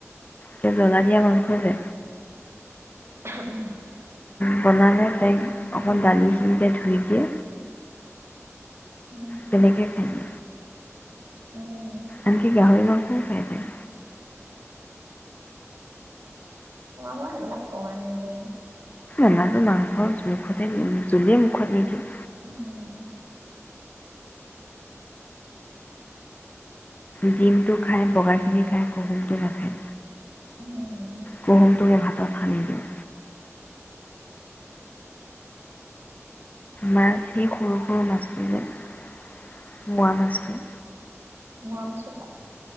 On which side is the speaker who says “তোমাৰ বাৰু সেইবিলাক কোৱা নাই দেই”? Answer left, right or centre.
Right